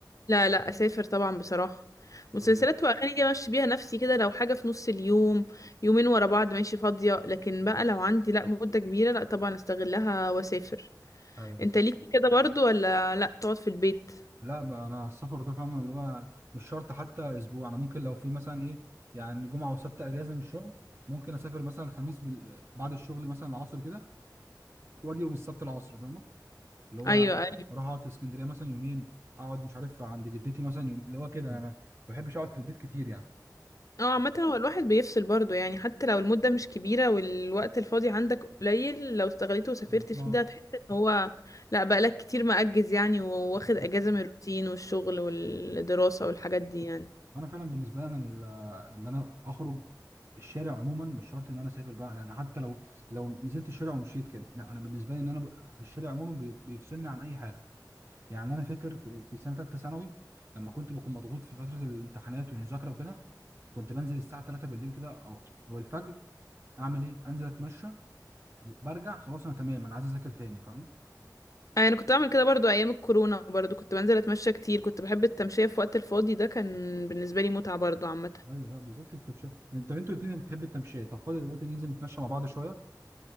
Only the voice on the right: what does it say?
طب
ايوه
صح
لا ما انا السفر ده فاهمه اللي هو مش شرط حتى اسبوع انا ممكن لو في مثلا ايه يعني جمعه وسبت اجازه من الشغل ممكن اسافر مثلا الخميس بال... بعد الشغل مثلا العصر كده واجي يوم السبت العصر فاهمه؟ اللي هو
اروح اقعد في اسكندريه مثلا يومين اقعد مش عارف عند جدتي مثلا يوم اللي هو كده انا ما ما بحبش اقعد في البيت كتير يعني
بالظبط
بالظبط.
انا فعلا بالنسبه لي انا ال- ان انا اخرج الشارع عموما مش شرط ان انا اسافر بقى يعني حتى لو لو نزلت الشارع ومشيت كده لا انا بالنسبه لي ان انا ب... الشارع عموما بي- بيفصلني عن اي حاجه يعني انا فاكر في, في سنه ثالثه ثانوي لما كنت بكون مضغوط في فتره الامتحانات والمذاكره وكده كنت بنزل الساعه 3 بالليل كده او او الفجر اعمل ايه انزل اتمشى برجع خلاص انا تمام انا عايز اذاكر تاني فاهم
ايوه لا بالظبط التمشيه انت انتوا الاثنين بتحب التمشيه طب فاضي دلوقتي ننزل نتمشى مع بعض شويه